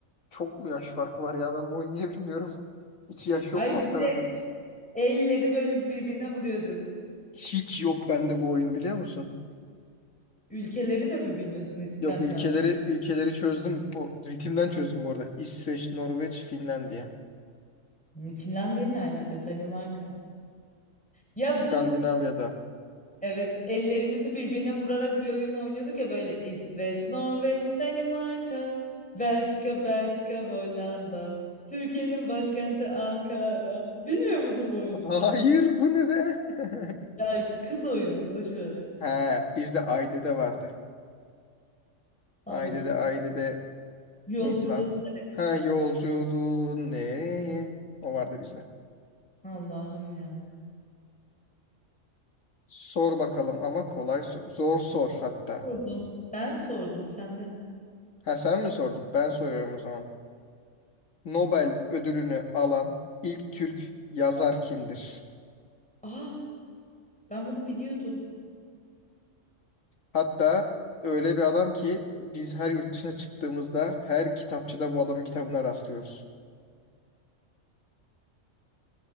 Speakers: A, on the left; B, in the centre.
A: çok mu yaş farkı var ya? Ben bu oyunu niye bilmiyorum. <laughs> 2 yaş
B: Hayır
A: yok mu alt tarafı?
B: bir de elleri böyle birbirine vuruyorduk.
A: Hiç yok bende bu oyun biliyor musun?
B: Ülkeleri de mi bilmiyorsun İskandinavya'nın?
A: Yok ülkeleri ülkeleri çözdüm. Bu ritimden çözdüm bu arada. İsveç, Norveç, Finlandiya.
B: Hmm, Finlandiya ne alaka? Danimarka. Ya
A: İskandinavya'da.
B: bu evet ellerimizi birbirine vurarak bir oyun oynuyorduk ya böyle İsveç, Norveç, Danimarka, Belçika, Belçika, Hollanda, Türkiye'nin başkenti Ankara. Bilmiyor musun bu oyunu?
A: <laughs> Hayır bu ne be? <laughs>
B: Ya kız oyunu boş ver.
A: He bizde Ayde'de vardı.
B: Allah
A: Ayde'de
B: Allah.
A: Ayde'de
B: Yolculuğun
A: neydi lan? Ha yolculuğun nereye? O vardı bizde.
B: Allah'ım ya.
A: Sor bakalım ama kolay sor. Zor sor hatta.
B: Sordum. Ben sordum sen de.
A: Ha sen mi sordun? Ben soruyorum o zaman. Nobel ödülünü alan ilk Türk yazar kimdir?
B: Aa ben bunu biliyordum.
A: Hatta öyle bir adam ki biz her yurt dışına çıktığımızda her kitapçıda bu adamın kitabına rastlıyoruz.